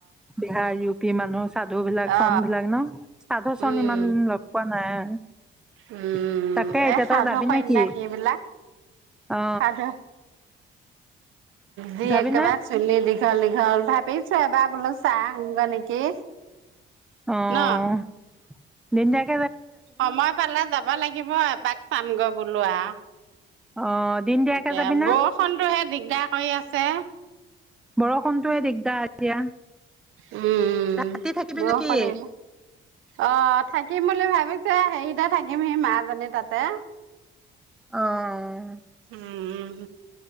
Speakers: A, in the centre; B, on the right.
A: বিহাৰ ইউ পি মানুহ সাধু বিলাক
B: অ
A: চন বিলাক ন সাধু চন
B: উম
A: ইমান লগ পোৱা নাই <inaudible>
B: উম
A: তাকে এতিয়া
B: এই সাধু
A: তই যাবি
B: সন্যাসীবিলাক
A: নে কি অ
B: সাধু জি
A: যাবিনে
B: একেবাৰে চুলি দীঘল দীঘল ভাবিছো এবাৰ বোলো চায় আহো গৈ নেকি!
A: অহ
B: ন
A: দিন দিয়া
B: সময় পালে যাব লাগিব এপাক চাম গ বলো আৰু
A: অ দিন দিয়াকে
B: এতিয়া
A: যাবি না
B: বৰষুণটো হে দিগদাৰ কৰি আছে
A: বৰষুণতয়ে দিগদাৰ এতিয়া।
B: উম উম।
A: ৰাতি
B: উম
A: থাকিবি
B: বৰষুণে।
A: নেকি
B: অ' থাকিম বুলি ভাবিছো এ হেৰিতে থাকিম সি মাজনীৰ তাতে
A: অহ
B: উম